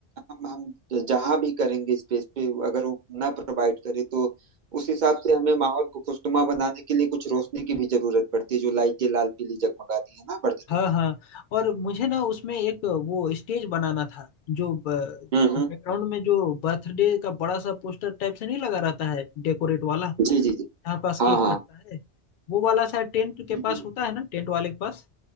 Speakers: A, on the right; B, on the left.
A: हम हम जहां भी करेंगे स्पेस पे अगर वो ना प्रोवाइड करे तो उस हिसाब से हमें माहौल को खुशनुमा बनाने के लिए कुछ रोशनी की भी जरूरत पड़ती है जो लाइटें लाल पीली जगमगाती है ना बर्थडे
B: हैं हाँ
A: में
B: हाँ और मुझे ना उसमें एक वो स्टेज बनाना था जो बैकग्राउंड
A: हम्म हम्म
B: में जो बर्थडे का बड़ा सा पोस्टर टाइप से नहीं लगा रहता है डेकोरेट वाला
A: जी जी जी
B: यहाँ पास
A: हाँ
B: केक
A: हाँ
B: कटता है वो वाला शायद टेंट के
A: जी
B: पास
A: जी
B: होता है ना टेंट वाले के पास